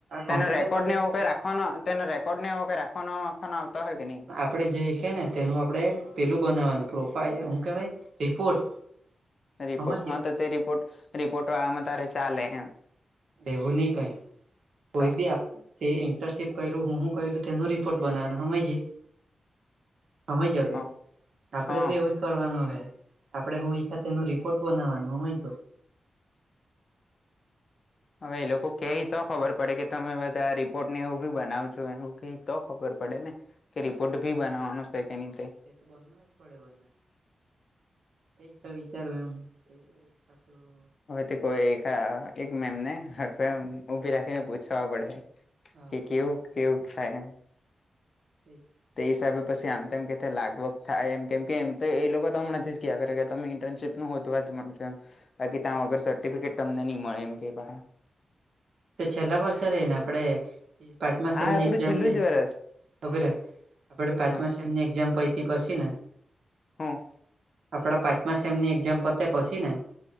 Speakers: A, on the left; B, on the right.
A: તેનો
B: કોમ્પ્યુટર
A: રેકોર્ડ
B: વાળું
A: ને ઓવ રાખવાનો તેનો રેકોર્ડ ને એવ રાખવાનોખવા આવતા હોય કે નહી
B: આપણે જઈ કે ને તેનું આપણે પેલું બનાવવાનું પ્રોફાાઈલ હું કહેવાય રિપોર્ટ
A: રિપોર્ટ
B: સમજ્યા
A: હા તો તે રિપોર્ટ રિપોર્ટ વાળામાં તારે ચાલે એમ
B: એવું નહી કઈ કોઈ
A: તો
B: બી આપ તે ઇન્ટર્નશિપ કર્યું હું શું કરું તેનો રિપોર્ટ બનાવવા સમય સમયજકે
A: હ
B: આપડે
A: હા
B: બી એવું- કરવાનું હે આપડે હું એ ખાતે ન રિપોર્ટ બનાવવાનો સમજ ગ
A: હવે એ લોકો કે તો ખબર પડે કે તમે બધા રિપોર્ટ ને એવું બી બનાવજો એવું કે તો ખબર પડે ને કે રિપોર્ટ ભી બનાવાનું છે કે નતે.
B: એ તો બનવા જ પડે બંને <unintelligible> તે જ તો વિચારય એમ પાસું <inaudible>
A: હવે તે કોઈ એકા એક મેમને હખ ઉભી રાખીને પૂછવા પડે.
B: હા
A: કે કેવું કેવું થાય એમ.
B: <unintelligible>
A: તે હિસાબે પછી આમ તેમમ કે લાગભગ થાય એમ કેમ કે એમ તો એ લોકો તોમ નથી જ ક્યા કરે કે તમે ઇન્ટર્નશીપ હું હો તો વા જ છું એમ બાકી ત્યાં વગર સર્ટિફિકેટ તમને નહી મળે એમ કે પાહા-
B: તે છેલ્લા વર્ષે રહીને આપડે પાંચમા
A: આ
B: સેમની
A: આપડું
B: એક્ઝામ
A: છેલ્લું
B: લઈ.
A: જ વરસ
B: ખબર હે આપડે પાંચમા
A: હ
B: સેમની એઝામ પતી પસી ને
A: હમ્મ. <inaudible>
B: આપડા પાંચમા સેમ ની એક્ઝામ પતે પછી ને?